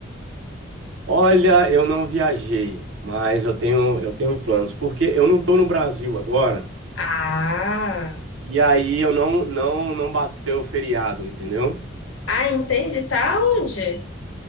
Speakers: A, on the right; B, on the left.
A: Olha, eu não viajei, mas eu tenho, eu tenho planos, porque eu não estou no Brasil agora,
B: Ah,
A: e aí eu não, não, não bateu o feriado, entendeu?
B: ah, entendi. Tá onde?